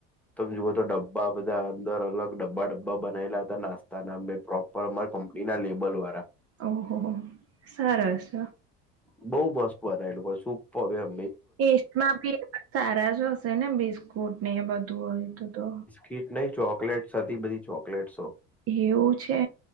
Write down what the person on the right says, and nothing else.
ઓહ હો સરારસ.
સ્ટમાં બી એ સારા જ હશે ને બિસ્કુટ ને એ બધું હોય તો તો?
એવું છે?